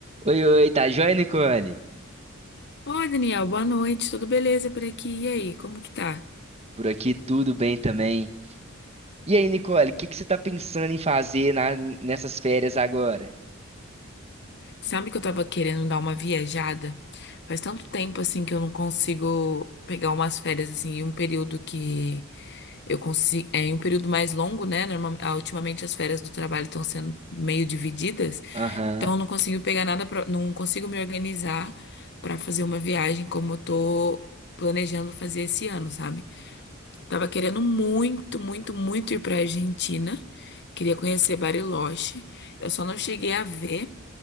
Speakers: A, on the right (about 30°); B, on the left (about 55°).
A: Oi, oi, tá joia, Nicole?
B: Oi, Daniel, boa noite, tudo beleza por aqui? E aí, como que tá?
A: Por aqui tudo bem também. E aí, Nicole, o que que você tá pensando em fazer na- nessas férias agora?
B: Sabe que eu tava querendo dar uma viajada? Faz tanto tempo assim que eu não consigo pegar umas férias assim, em um período que eu consigo, é em um período mais longo, né? Norma- ah, Ultimamente as férias do trabalho estão sendo meio divididas,
A: Aham,
B: então eu não consigo pegar nada pra... não consigo me organizar pra fazer uma viagem como eu tô planejando fazer esse ano, sabe? Tava querendo muito, muito, muito ir pra Argentina. Queria conhecer Bariloche. Eu só não cheguei a ver